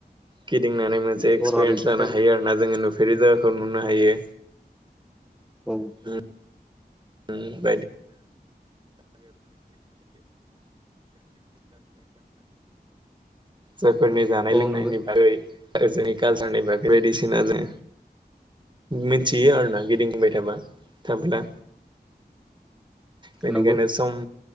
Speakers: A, on the right; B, in the centre.
A: गिदिंनानै मोनसे एक्सपिरियेन्स
B: बर' हारिनि थाखाय
A: लानो हायो आरो ना जोङो नुफे नुफेरि जायगाखौ नुनो हायो।
B: औ।
A: उम <unintelligible> जायफोरनि जानाय
B: औ
A: लोंनायनि
B: नंगौ
A: बागै आरो जोंनि कालसारनि बागै बायदिसिना जों मिथियो आरोना गिदिंबाय थाबा थाबोला। बेनिखायनो
B: नंगौ
A: सम